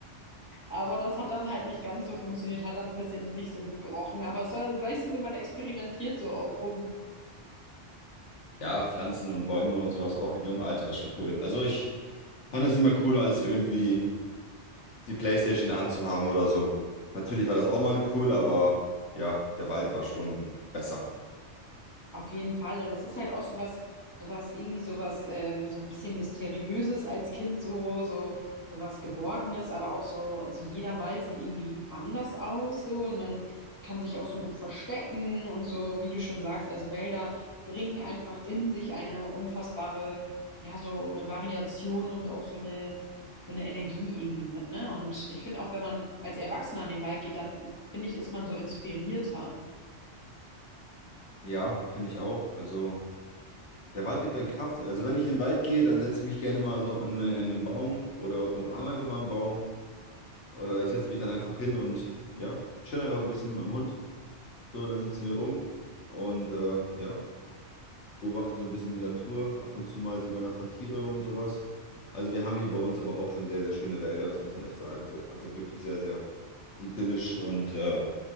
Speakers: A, on the left; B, on the left.
A: Aber das hat dann halt nicht ganz so funktioniert, hat dann ein bisschen nicht so gut gerochen. Aber es war, weißt du, so man experimentiert so auch rum.
B: Ja, Pflanzen und Bäume und sowas auch im jungen Alter ist schon cool. Also ich fand das immer cooler, als irgendwie die PlayStation in der Hand zu haben oder so. Natürlich war das auch mal cool, aber ja, der Wald war schon besser.
A: Auf jeden Fall. Und es ist halt auch sowas, sowas, irgendwie sowas, ähm, so ein bisschen Mysteriöses als Kind, so, so, sowas Geborgenes, aber auch so, so jeder Wald sieht irgendwie anders aus, so, und man kann sich auch so gut verstecken und so, wie du schon sagst, also Wälder bringen einfach in sich eine unfassbare, ja, so eine Variation und auch so eine, so eine Energie irgendwie mit, ne? Und ich finde auch, wenn man als Erwachsener in den Wald geht, dann finde ich, ist man so inspirierter.
B: Ja, finde ich auch. Also der Wald gibt einen Kraft. Also wenn ich in den Wald gehe, dann setze ich mich gerne mal so an einen, an einen Baum oder umarme einfach mal einen Baum. Oder ich setze mich dann einfach hin und ja, chill einfach ein bisschen mit meinem Hund. So, dann sitzen wir rum und äh, ja, beobachten so ein bisschen die Natur. Ab und zu mal sieht man da ein paar Tiere und sowas. Also wir haben hier bei uns aber auch schon sehr, sehr schöne Wälder, das muss man echt sagen so. Also wirklich sehr, sehr idyllisch und äh,